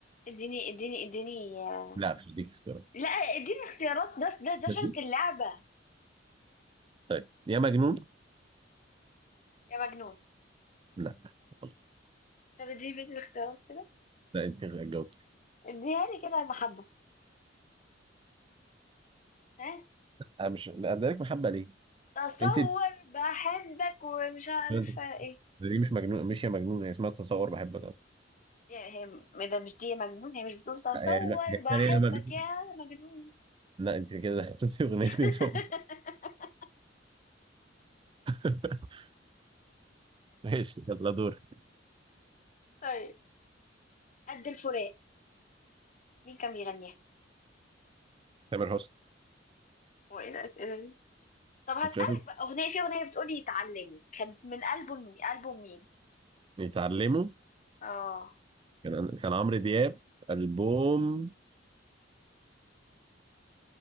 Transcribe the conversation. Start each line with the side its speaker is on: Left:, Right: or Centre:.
Left: اديني اديني اديني آه،
Right: لا مش دي اختيارات
Left: لا اديني اختيارات ده ده ده شرط
Right: مش دي
Left: اللعبة
Right: طيب يا مجنون
Left: يا مجنون
Right: لا غلط
Left: طب اديني بيت الاختيارات كده
Right: لا انت جاوبت
Left: اديها لي كده يا محبة ها
Right: انا مش ادالك محبه ليه
Left: تصور
Right: انت
Left: بحبك ومش عارفة
Right: انت
Left: ايه
Right: دي مش مجنون مش يا مجنون هي اسمها تصور بحبك
Left: يعني هي م- اذا مش دي مجنون هي مش بتقول تصور
Right: آه، لا هي
Left: بحبك
Right: تقريبا مجنون.
Left: يا مجنون
Right: لا انت كده دخلتي اغنيتين
Left: <laughs>
Right: فوق <laughs> ماشي يلا دور
Left: طيب قد الفراق مين كان بيغنيها
Right: تامر حسني
Left: هو ايه الاسئله دي طب هسألك
Right: مش شايف انت؟
Left: بقى اغنيه في اغنيه بتقولي اتعلموا كانت من البوم البوم مين
Right: يتعلموا
Left: اه
Right: كان كان عمرو دياب البوم